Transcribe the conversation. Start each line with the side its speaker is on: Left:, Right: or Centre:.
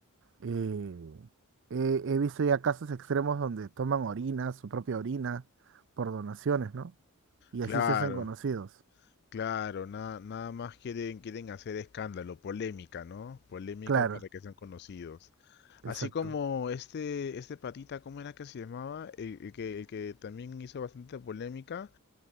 Right: eh, he, he visto ya casos extremos donde toman orina, su propia orina, por donaciones, ¿no? Y
Left: Claro,
Right: así se hacen conocidos.
Left: claro, nada, nada más quieren, quieren hacer escándalo, polémica, ¿no? Polémica
Right: Claro,
Left: para que sean conocidos.
Right: exacto.
Left: Así como este, este patita, ¿cómo era que se llamaba? El, el que, el que también hizo bastante polémica.